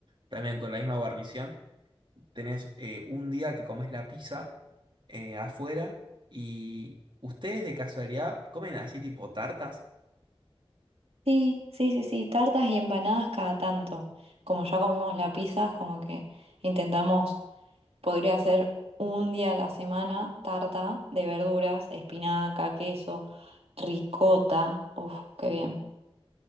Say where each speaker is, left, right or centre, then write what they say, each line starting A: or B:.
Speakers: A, on the right; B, on the right.
A: También con la misma guarnición. Tenés eh, un día que comes la pizza eh, afuera y ustedes de casualidad comen así tipo tartas.
B: Sí, sí, sí, sí, tartas y empanadas cada tanto. Como ya comemos la pizza, es como que intentamos, podría ser un día a la semana tarta de verduras, espinaca, queso, ricota. Uf, qué bien.